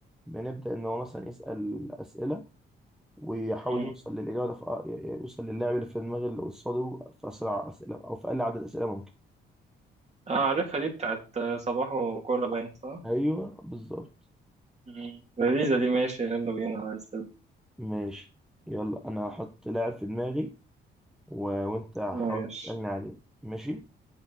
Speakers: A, in the centre; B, on the right (about 35°).
A: بنبدأ إن هو مثلا يسأل أسئلة ويحاول
B: مم.
A: يوصل للإجابة في... آه، يوصل للاعب اللي في دماغ اللي قصاده في أسرع أسئلة أو في أقل عدد أسئلة ممكن
B: اه عارفها دي بتاعت صباح وكورة باين صح؟
A: أيوه بالظبط
B: مم. لذيذة دي ماشي يلا بينا عايز
A: ماشي يلا أنا هحط لاعب في دماغي و... وانت حاول
B: ماشي
A: تسألني عليه ماشي